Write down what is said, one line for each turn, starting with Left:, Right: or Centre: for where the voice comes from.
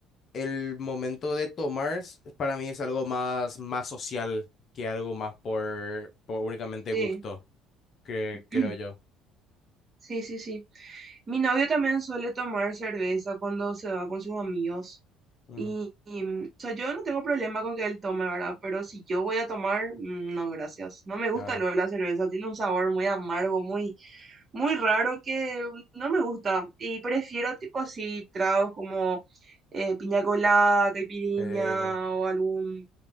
Left: el momento de tomar s- para mí es algo más, más social que algo más por, por únicamente
Right: Sí,
Left: gusto, que
Right: <clears throat>
Left: creo yo.
Right: sí, sí, sí. Mi novio también suele tomar cerveza cuando se va con sus amigos.
Left: Mm,
Right: Y, y, mm, o sea, yo no tengo problema con que él tome, ¿verdad? Pero si yo voy a tomar, mm, no, gracias. No me gusta
Left: claro.
Right: luego la cerveza, tiene un sabor muy amargo, muy, muy raro que no me gusta. Y prefiero tipo así tragos como eh, piña colada, caipirinha
Left: Eh,
Right: o algún,